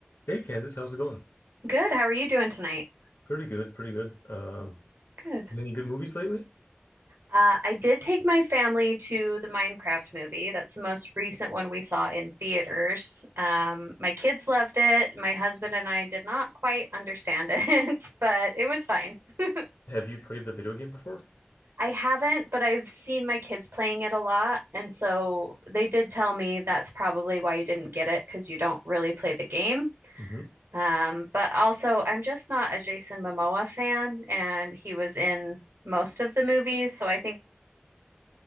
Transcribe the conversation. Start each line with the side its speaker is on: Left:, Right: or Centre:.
Left: Hey Candice, how's it going?
Right: Good. How are you doing tonight?
Left: Pretty good, pretty good. Um,
Right: Good.
Left: any good movies lately?
Right: Uh, I did take my family to the Minecraft movie. That's the most recent one we saw in theaters. Um, my kids loved it. My husband and I did not quite understand it, <laughs> but it was fine. <laughs>
Left: Have you played the video game before?
Right: I haven't, but I've seen my kids playing it a lot. And so they did tell me that's probably why you didn't get it because you don't really play the game.
Left: Mm-hmm.
Right: Um, but also, I'm just not a Jason Momoa fan, and he was in most of the movies. So I think